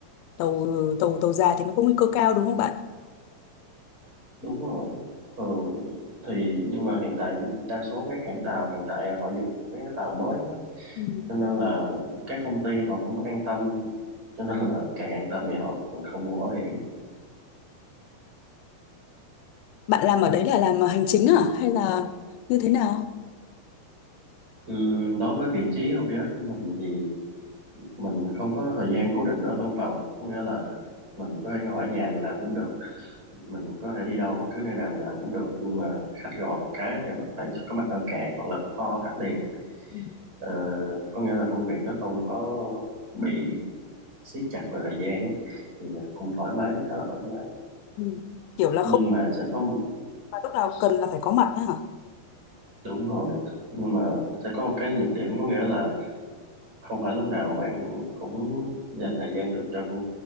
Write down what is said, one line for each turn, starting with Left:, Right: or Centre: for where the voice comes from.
Left: Tàu tàu tàu già thì mới có nguy cơ cao đúng không bạn?
Right: đúng rồi thường thì nhưng mà hiện tại đa số các hãng tàu hiện tại họ dùng mấy cái tàu mới á
Left: Ừ.
Right: cho nên là các công ty họ cũng an tâm cho nên là càng an tâm thì họ còn không mua bảo hiểm
Left: Bạn làm ở đấy là làm hành chính à hay là như thế nào?
Right: Ừm, đối với vị trí OVS của mình thì mình không có thời gian cố định ở văn phòng có nghĩa là mình có thể ngồi ở nhà mình làm cũng được mình có thể đi đâu bất cứ nơi nào mình làm cũng được nhưng mà khách gọi một cái thì mình phải có mặt ở cảng hoặc là có kho ở khách liền
Left: Ừ.
Right: Ờ, có nghĩa là công việc nó không có bị siết chặt về thời gian á. thì cũng thoải mái khá là thoải mái
Left: Ừ. Kiểu là
Right: nhưng
Left: không
Right: mà sẽ có
Left: là lúc nào cần là phải có mặt á hả?
Right: Đúng rồi, nhưng mà sẽ có một cái nhược điểm có nghĩa là không phải lúc nào bạn cũng dành thời gian được cho công,